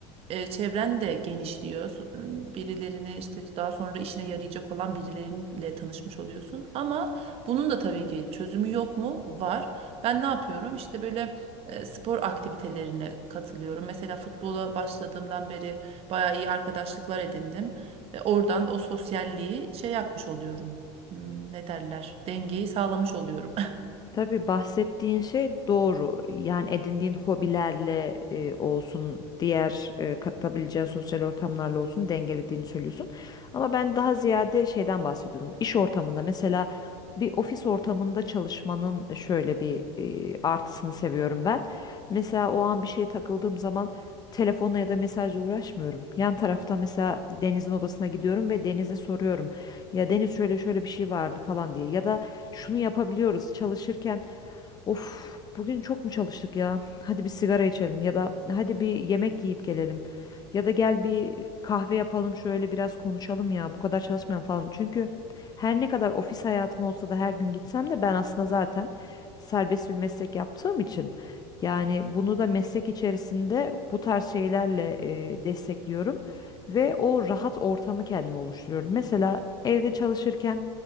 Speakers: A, on the right; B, on the left.
A: e, çevren de genişliyor. So- Birilerine işte daha sonra işine yarayacak olan birileriyle tanışmış oluyorsun. Ama bunun da tabii ki çözümü yok mu? Var. Ben ne yapıyorum? İşte böyle e, spor aktivitelerine katılıyorum. Mesela futbola başladığımdan beri bayağı iyi arkadaşlıklar edindim. E, Oradan o sosyalliği şey yapmış oluyorum. Hmm, Ne derler? Dengeyi sağlamış oluyorum. <laughs>
B: Tabii bahsettiğin şey doğru. Yani edindiğin hobilerle e, olsun, diğer e, katılabileceğin sosyal ortamlarla olsun dengelediğini söylüyorsun. Ama ben daha ziyade şeyden bahsediyordum. İş ortamında mesela bir ofis ortamında çalışmanın şöyle bir e, artısını seviyorum ben. Mesela o an bir şeye takıldığım zaman telefonla ya da mesajla uğraşmıyorum. Yan tarafta mesela Deniz'in odasına gidiyorum ve Deniz'e soruyorum. Ya Deniz şöyle şöyle bir şey vardı falan diye. Ya da şunu yapabiliyoruz çalışırken. Of bugün çok mu çalıştık ya? Hadi bir sigara içelim ya da hadi bir yemek yiyip gelelim. Ya da gel bir kahve yapalım şöyle biraz konuşalım ya bu kadar çalışmayalım falan. Çünkü her ne kadar ofis hayatım olsa da her gün gitsem de ben aslında zaten serbest bir meslek yaptığım için. Yani bunu da meslek içerisinde bu tarz şeylerle e, destekliyorum ve o rahat ortamı kendim oluşturuyorum. Mesela evde çalışırken